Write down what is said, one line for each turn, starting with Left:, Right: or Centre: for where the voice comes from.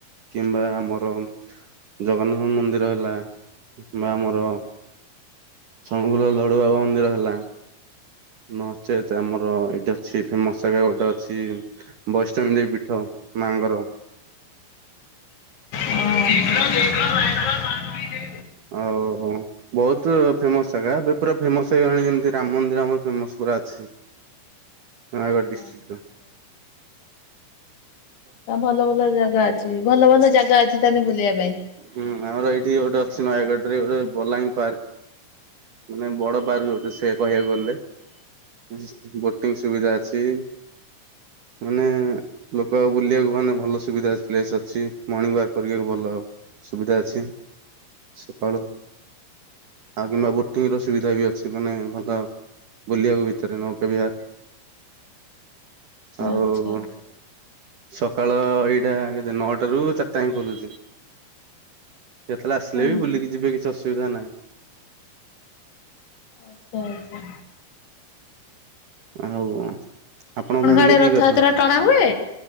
Right: କିମ୍ବା ଆମର ଜଗନ୍ନାଥ ମନ୍ଦିର ହେଲା କିମ୍ବା ଆମର ସଣଗଲ ଲଡୁବାବା ମନ୍ଦିର ହେଲା। ନଚେ ତ ଆମର ଏଇଟି ଅଛି ଫେମସ ଜାଗା ଗୋଟେ ଅଛି ବୈଷ୍ଣବୀ ଦେବୀ ପୀଠ। ମାଙ୍କର।
Left: ଓହୋ।
Right: ଓ ବହୁତ ଫେମସ ଜାଗା ଏବେ ପୁରା ଫେମସ ହେଇଗଲାଣି ଯେମିତି ରାମ ମନ୍ଦିର ଆମର ଫେମସ। ଅଛି। ନୟାଗଡ଼
Left: ଆଚ୍ଛା
Right: ଡିଷ୍ଟ୍ରିକଟର।
Left: ଆଚ୍ଛା। ତା ଭଲ ଭଲ ଜାଗା ଅଛି ଭଲ ଭଲ ଜାଗା ଅଛି ତାେଲେ ବୁଲିବା ପାଇଁ।
Right: ହୁଁ ଆମର ଏଇଠି ଗୋଟେ ଅଛି ନୟାଗଡ଼ ରେ ଗୋଟେ ବଲାଙ୍ଗୀ ପାର୍କ। ମାନେ ବଡ ପାର୍କ ଗୋଟେ ସେ କହିବାକୁ ଗଲେ। <unintelligible> ସୁବିଧା ଅଛି। ମାନେ ଲୋକ ଆଉ ବୁଲିବାକୁ ମାନେ ଭଲ ସୁବିଧା ଅ ପ୍ସ୍ ଅଛି ମର୍ଣିଙ୍ଗ ୱାକ କରିବାକୁ ଭଲ। ସୁବିଧା ଅଛି ସକାଳୁ ଆଉ କିମ୍ବା ବୋଟିଂ ର ସୁବିଧା ବି ଅଛି ମାନେ ଭଲ। ବୁଲିବାକୁ ଭିତରେ ନୌକା ବିହାର। ଆଉ
Left: ଆଚ୍ଛା ଆଚ୍ଛା
Right: ସକାଳ ଏଇଟା କେ ନଅଟା ରୁ ଚାରିଟା ଯ ଖୋଲୁଛି। ଯେତେବେଳେ ଆସିଲେ
Left: ହୁଁ
Right: ବି ବୁଲିକି
Left: ହୁଁ
Right: ଯିବେ କିଛି ଅସୁବିଧା ନାହିଁ।
Left: ଆଛା ଆଛା।
Right: ହଉ ଆପଣଙ୍କ ଫ୍ୟାମିଲି
Left: ଆଡେ
Right: କିଏ
Left: ରଥଯାତ୍ରା
Right: ଅଛନ୍ତି?
Left: ଟଣା ହୁଏ?